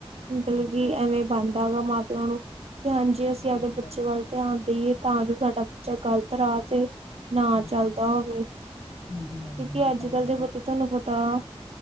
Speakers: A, on the right; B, on the left.
A: ਮਤਲਬ
B: ਹਾਂਜੀ
A: ਕਿ
B: ਹਾਂਜੀ
A: ਐਵੇਂ ਬਾਣਦਾ ਵਾ ਮਾਂ-ਪਿਓ ਨੂੰ। ਕਿ ਹਾਂਜੀ, ਅਸੀਂ
B: ਜਿੰਮੇਵਾਰੀ
A: ਆਪਦੇ ਬੱਚੇ
B: ਹੈ
A: ਵੱਲ
B: ਹਾਂਜੀ
A: ਧਿਆਨ ਦੇਈਏ ਤਾਂ ਜੋ ਸਾਡਾ ਬੱਚਾ ਗ਼ਲਤ ਰਾਹ ਤੇ ਨਾ
B: ਹਾਂਜੀ
A: ਚੱਲਦਾ
B: ਆ
A: ਹੋਵੇ,
B: ਜਾ ਹਾਂਜੀ ਹਾਂਜੀ
A: ਕਿਉਂਕਿ
B: ਇਹ
A: ਅੱਜ-ਕੱਲ
B: ਤਾਂ ਹੈ ਹੀ
A: ਦੇ ਬੱਚੇ
B: ਹੈ
A: ਤੁਹਾਨੂੰ ਪਤਾ